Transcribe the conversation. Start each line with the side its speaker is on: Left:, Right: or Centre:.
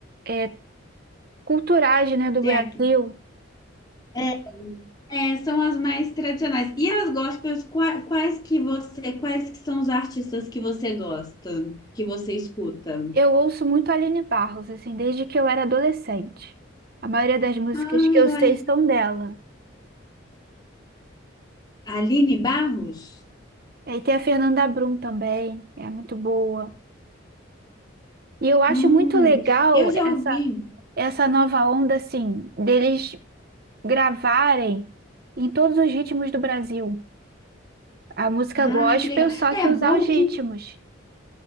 Right: é, culturais, né, do
Left: tem
Right: Brasil.
Left: aqui, é, é, são as mais tradicionais. E as gospels, qua- quais que você, quais que são os artistas que você gosta, que você escuta?
Right: Eu ouço muito Aline Barros, assim, desde que eu era adolescente. A maioria das músicas
Left: Ah,
Right: que eu
Left: eu
Right: sei
Left: acho.
Right: são dela.
Left: Aline Barros?
Right: E tem a Fernanda Brum também, é muito boa. E eu acho
Left: Hum,
Right: muito legal
Left: eu já
Right: essa,
Left: ouvi.
Right: essa nova onda, assim, deles gravarem em todos os ritmos do Brasil. A música
Left: Ah,
Right: gospel,
Left: que legal.
Right: só
Left: É
Right: que usar
Left: bom
Right: os ritmos.
Left: que